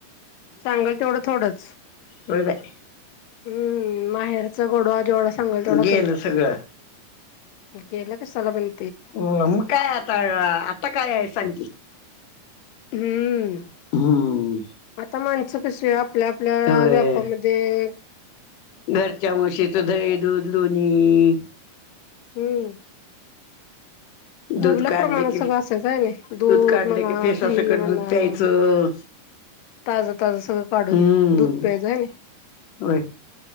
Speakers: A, on the left; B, on the left.
A: सांगल तेवढं थोडंच.
B: वय बाई.
A: हम्म माहेरचा गोडवा जेवढं सांगाल तेवडा
B: गेलं
A: कमीच.
B: सगळं
A: केला कशाला बाई.
B: हम म काय आता आता काय हाय सांग की.
A: हम्म,
B: हम्म
A: आता माणसं कशी आपल्या आपल्या
B: होय
A: व्यापामध्ये ते.
B: घरच्या म्हशीचं दही, दूध, लोणी.
A: हम्म. मुबलक
B: दूध काढले
A: प्रमाणात
B: की
A: सगळं असायचं हनी दूध
B: काढले
A: म्हणा
B: की फेसासकट
A: दही म्हणा.
B: दूध प्यायचं
A: ताज ताज सगळं काढून
B: हम्म
A: दूध प्यायचं हानी.
B: होय